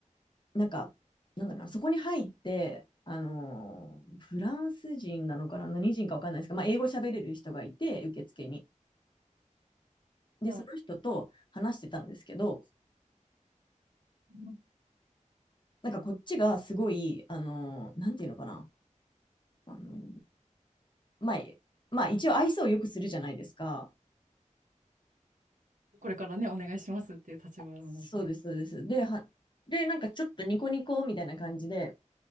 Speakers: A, on the left; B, on the right.
A: なんか、なんだろうな、そこに入って、あのーフランス人なのかな、何人かわかんないですけど、まあ、英語喋れる人がいて、受付に。で、
B: はい
A: その人と話してたんですけど、
B: うん
A: なんかこっちがすごい、あのーなんていうのかな、あのーまあ、まあ、一応愛想をよくするじゃないですか。
B: これからね、お願いしますっていう立場なのでね。
A: そうです、そうです。で、は、で、なんかちょっとニコニコみたいな感じで